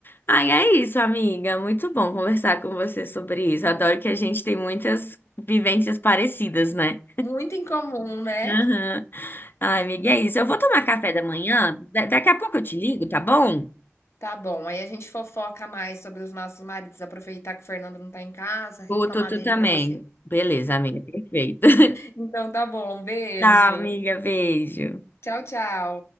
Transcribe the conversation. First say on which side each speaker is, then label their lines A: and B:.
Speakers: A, on the left; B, on the left.
A: Ai, é isso, amiga. Muito bom conversar com você sobre isso. Adoro que a gente tem muitas vivências parecidas, né?
B: Muito incomum, né.
A: Aham. Ai, amiga, é isso. Eu vou tomar café da manhã. Da- daqui a pouco eu te ligo, tá bom?
B: Tá bom, aí a gente fofoca mais sobre os nossos maridos, aproveitar que o Fernando não tá em casa, reclamar
A: Vou, tu, tu
B: dele
A: também.
B: para você.
A: Beleza, amiga, perfeito. <laughs>
B: Então tá bom, um beijo.
A: Tá, amiga, beijo.
B: Tchau, tchau.